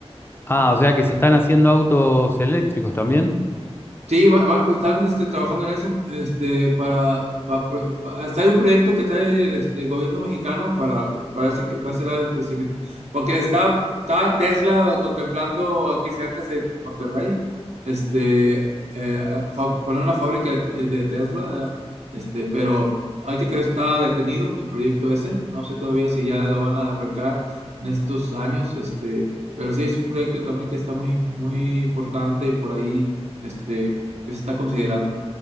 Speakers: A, on the left (about 20°); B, on the right (about 85°).
A: Ah, o sea que se
B: Sí.
A: están haciendo autos eléctricos también.
B: Sí, va- va- están este, trabajando en eso. Este, para, pa- pa- hasta hay un proyecto que trae el, este, gobierno mexicano para, para, ese, que- para ese lado del crecimiento. Porque está, está Tesla contemplando aquí cerca en, en Monterrey este, eh, a- fa- poner una fábrica de, de Tesla. Este, pero hay que creer está detenido el proyecto ese. No sé todavía si ya lo van a arrancar en estos años. Este, pero sí, es un proyecto también que está muy, muy importante por ahí este, que se está considerando.